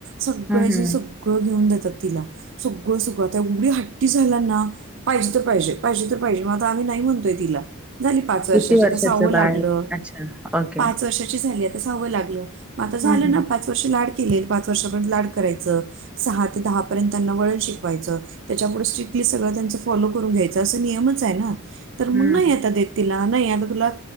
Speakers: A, on the right; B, in the centre.
A: सगळंजन
B: हम्म हम्म
A: सगळं घेऊन देतात तिला, सगळं सगळं आता एवढी हट्टी झाल्या ना. पाहिजे ते पाहिजे पाहिजे ते पाहिजे म आता आम्ही नाही म्हणतोय तिला, झाली पाच वर्षाची,
B: किती वर्षाचं
A: आता सहावं
B: बाळ
A: लागलं.
B: अच्छा, ओके
A: पाच वर्षाची झाली आता सहावं लागलं मं आता झालं
B: हम्म हम्म
A: ना पाच वर्ष लाड केलेल. पाच वर्षापर्यंत लाड करायचं सहा ते दहा पर्यंत त्यांना वळण शिकवायचं त्याच्या पुुढे स्ट्रिक्टली सगळं त्यांच फॉलो करून घ्यायचं असं नियमच आहे ना. तर मग
B: हम्म
A: नाही आता देत तिला, नाही आता तुला